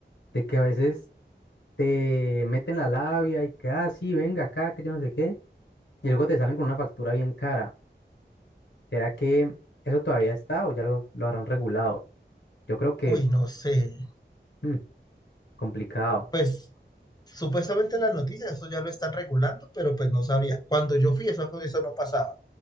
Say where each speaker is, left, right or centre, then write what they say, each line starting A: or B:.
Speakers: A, on the left; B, on the left.
A: de que a veces te meten la labia y que, ah, sí, venga acá, que yo no sé qué, y luego te salen con una factura bien cara. ¿Será que eso todavía está o ya lo, lo habrán regulado? Yo creo que
B: Uy, no sé.
A: mm, complicado.
B: Pues supuestamente las noticias, eso ya lo están regulando, pero pues no sabría. Cuando yo fui, eso, eso no pasaba.